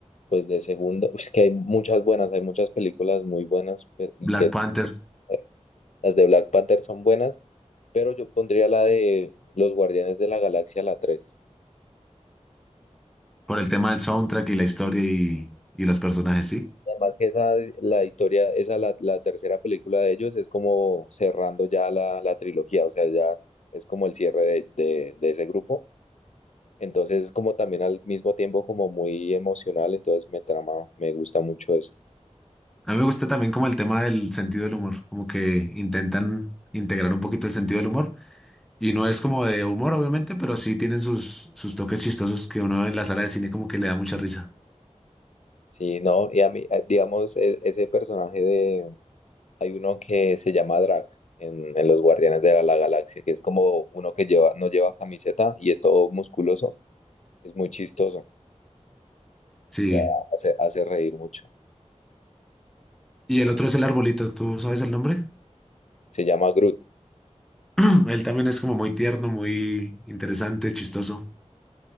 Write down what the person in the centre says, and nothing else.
Black
Panther,
por el tema del soundtrack y la historia y, y los personajes, sí.
A mí me gusta también como el tema del sentido del humor, como que intentan integrar un poquito el sentido del humor. Y no es como de humor, obviamente, pero sí tienen sus, sus toques chistosos que uno en la sala de cine como que le da mucha risa.
Sí.
Y el otro es el arbolito, ¿tú sabes el nombre?
<clears throat> Él también es como muy tierno, muy interesante, chistoso.